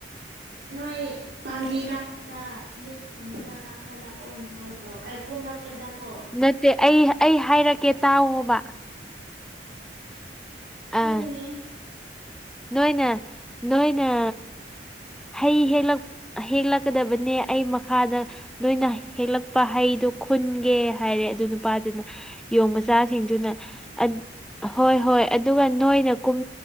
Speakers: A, on the right (about 75°); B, in the centre.
A: ꯅꯣꯏ ꯄꯥꯝꯕꯤ ꯀꯥꯕꯗ ꯃꯤꯠ ꯈꯨꯝꯃꯒ ꯀꯥꯈꯠꯂꯛꯑꯣꯅ ꯍꯥꯏꯗ꯭ꯔꯣ ꯑꯦ ꯀꯨꯝꯂꯛꯄꯗꯀꯣ
B: ꯅꯠꯇꯦ ꯑꯩ ꯑꯩ ꯍꯥꯏꯔꯛꯀꯦ ꯇꯥꯑꯣꯕ
A: ꯍꯣꯏꯅꯦ
B: ꯑ ꯅꯣꯏꯅ ꯅꯣꯏꯅ ꯍꯩ ꯍꯦꯛꯂꯛ ꯍꯦꯛꯂꯛꯀꯗꯕꯅꯦ ꯑꯩ ꯃꯈꯥꯗ ꯅꯣꯏꯅ ꯍꯦꯛꯂꯛꯄ ꯍꯩꯗꯨ ꯈꯨꯟꯒꯦ ꯍꯥꯏꯔꯦ ꯑꯗꯨ ꯅꯨꯄꯥꯗꯨꯅ ꯌꯣꯡ ꯃꯆꯥꯁꯤꯡꯗꯨꯅ ꯑꯗ ꯍꯣꯏ ꯍꯣꯏ ꯑꯗꯨꯒ ꯅꯣꯏꯅ ꯀꯨꯝ